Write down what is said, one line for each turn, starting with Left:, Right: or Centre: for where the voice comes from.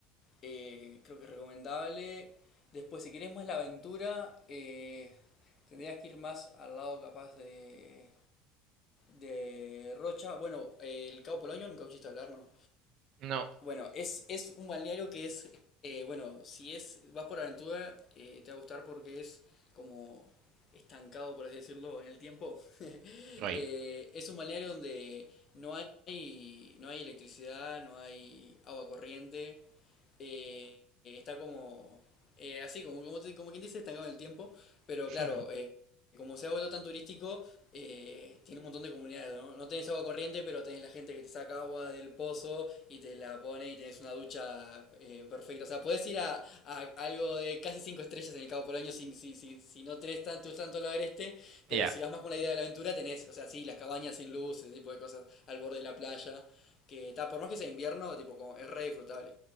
Left: eh, creo que es recomendable. Después, si querés más la aventura, eh, tendrías que ir más al lado capaz de de Rocha. Bueno, eh, el Cabo Polonio nunca escuchaste hablar, ¿no?
Right: No,
Left: Bueno, es, es un balneario que es, eh, bueno, si es vas por aventura, eh, te va a gustar porque es como estancado, por así decirlo, en el tiempo. <laughs>
Right: no hay.
Left: Eh, es un balneario donde no hay, no hay electricidad, no hay agua corriente, eh, está como eh, así, como, como, como quien dice, estancado en el tiempo, pero claro,
Right: Ujú.
Left: eh, como se ha vuelto tan turístico, eh, tiene un montón de comunidades, ¿no? No tenés agua corriente, pero tenés la gente que te saca agua del pozo y te la pone y tenés una ducha eh, perfecta. O sea, podés ir a, a algo de casi cinco estrellas en el Cabo Polonio si, si, si, si no tenés tanto, tanto lo agreste,
Right: Ya.
Left: pero si vas más con la idea de la aventura, tenés, o sea, sí, las cabañas sin luz, ese tipo de cosas al borde de la playa, que está, por más que sea invierno, tipo, como, es re disfrutable.